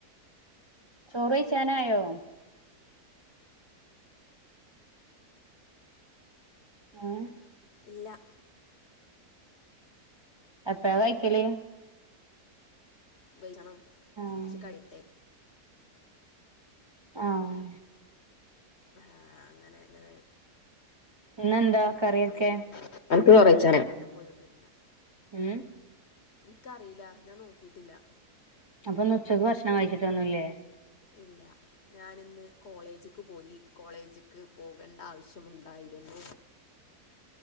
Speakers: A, on the right (about 35°); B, on the left (about 50°).
A: ചോർ കയ്ച്ചൻ ആയോ? ഏഹ്
B: ഇല്ല
A: എപ്പഴാ കഴിക്കല്ല്?
B: വെയ്ച്ചാണം
A: ആഹ്
B: കുറച്ച് കയ്യട്ടെ
A: ആഹ്
B: ആഹ് അങ്ങനെ അങ്ങനെ
A: ഇന്നെന്താ
B: ഒല്ല
A: കറിയൊക്കെ
B: എപ്പോഴെങ്കിലും എന കുറച്ചില്ല ഞാൻ പോയിോക്കിയിട്ടില്ല-
A: ഉം.
B: ഇൻക്കറീല ഞാൻനോക്കിട്ടില്ല.
A: അപ്പൊന്ന് ഉച്ചയ്ക്ക് ഭക്ഷണം കയ്ച്ചിട്ടൊന്നില്ലേ?
B: ഇല്ല- ഞാനിന്ന് കോളേജ്ക്ക്പോയി കോളേജ്ക്ക്പോകേണ്ട ആവശ്യമുണ്ടായിരുന്നു.